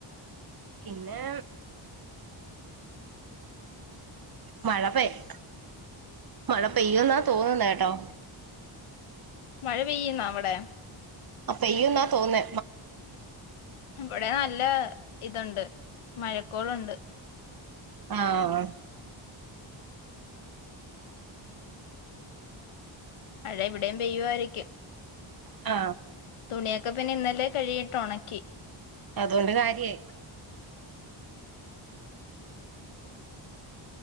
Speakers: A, on the right (about 45°); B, on the left (about 80°).
A: പിന്നെ മഴ പെയ്യ മഴ പെയ്യ എന്നാ തോന്നുന്ന കേട്ടോ
B: മഴ പെയ്യുന്നാ അവിടെ
A: ആ പെയ്യുന്ന തോന്നേ
B: ഇവിടെ നല്ല ഇതുണ്ട് മഴക്കോളുണ്ട്
A: ആ ആ
B: പഴ ഇവിടെയും പെയ്യുയയിരിക്കും
A: ആ
B: തുണിയൊക്കെ പിന്നെ ഇന്നലെ കഴിയിട്ട് ഉണക്കി
A: അതുകൊണ്ട് കാര്യേ